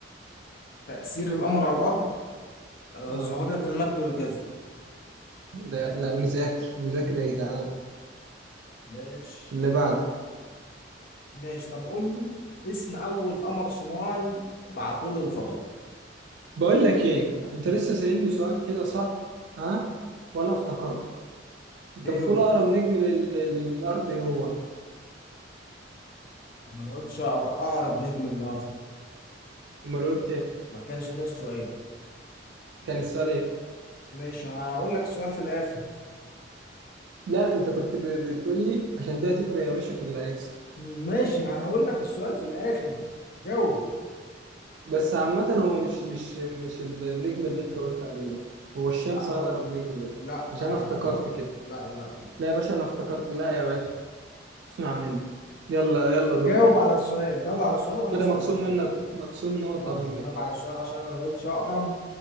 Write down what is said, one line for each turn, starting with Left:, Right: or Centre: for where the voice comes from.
Left: تأثير القمر على الأرض آه،
Right: آه
Left: ظاهرة المد والجذب
Right: ده لا مذاكر مذاكر يا جدعان
Left: ماشي
Right: اللي بعد
Left: ماشي طب قول لي اسم أول قمر صناعي بعثوه للفضاء
Right: بقول لك إيه أنت لسه سألني سؤال كده صح؟ ها؟ وأنا افتكرت أنت
Left: إيه
Right: بتقول
Left: هو؟
Right: أقرب نجم لل... للأرض إيه هو
Left: أنا ما قلتش أقرب أقرب نجم للأرض
Right: أمال قلت إيه؟
Left: ما كانش ده السؤال
Right: كان السؤال إيه؟
Left: ماشي هقول لك السؤال في الآخر
Right: لا أنت كنت ب- بتقول لي عشان ده هتفرق يا باشا في اللي هيكسب
Left: ماشي هقول لك السؤال في الآخر جاوب
Right: بس عامة هو مش مش مش ال- النجم اللي انت قلت عليه ده هو الشمس
Left: لا هو
Right: اقرب نجم ليه
Left: لا لا
Right: عشان انا افتكرت
Left: لا لا لا
Right: كده
Left: لا لا لا
Right: لا يا باشا انا افتكرت لا يا باشا اسمع مني يلا يلا دورك
Left: جاوب على السؤال جاوب على السؤال وانا
Right: كده
Left: هسأله
Right: مخصوم
Left: لك
Right: منك
Left: تاني
Right: مخصوم نقطة
Left: لا،
Right: منك
Left: جاوب
Right: كده
Left: على السؤال عشان انا ما قلتش اقرب